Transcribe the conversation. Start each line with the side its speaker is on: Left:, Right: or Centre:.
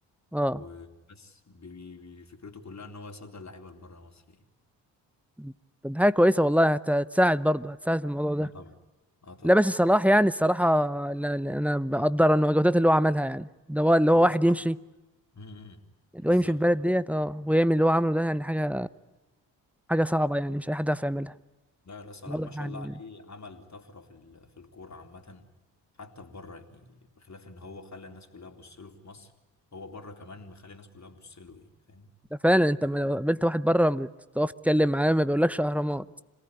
Centre: اه
Left: وبس بي- بي- بي- فكرته كلها ان هو يصدر لعيبه لبره مصر يعني
Centre: مم. طب دي حاجه كويسه والله هت- هتساعد برضه هتساعد في الموضوع ده
Left: اه طبعا اه طبعا
Centre: لا بس صلاح يعني الصراحه لا- لا، انا بقدر انه الجهودات اللي هو عملها يعني ده هو اللي هو
Left: هو
Centre: واحد
Left: صح
Centre: يمشي
Left: امم
Centre: اللي
Left: بالظبط
Centre: هو يمشي في البلد ديت اه ويعمل اللي هو عمله ده يعني حاجه حاجه صعبه يعني مش اي حد يعرف يعملها
Left: لا لا صلاح
Centre: بقدر
Left: ما شاء
Centre: يعني
Left: الله عليه عمل طفرة في ال- في الكورة عامة حتى في بره يعني بخلاف ان هو خلى الناس كلها تبص له في مصر هو بره كمان مخلي الناس كلها تبص له يعني فاهم
Centre: ده فعلا انت لما لو قابلت واحد بره تقف تتكلم معاه ما بيقولكش اهرامات